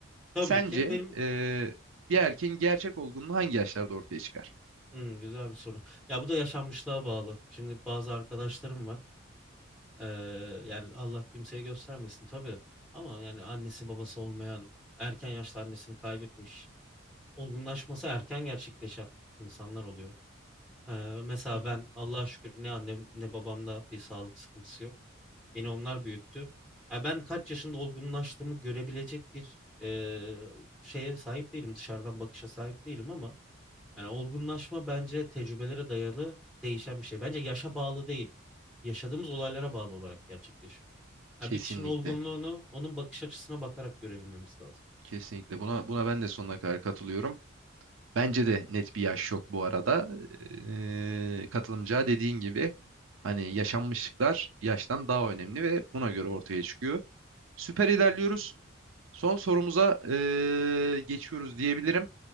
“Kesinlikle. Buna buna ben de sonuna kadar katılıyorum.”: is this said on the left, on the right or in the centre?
Right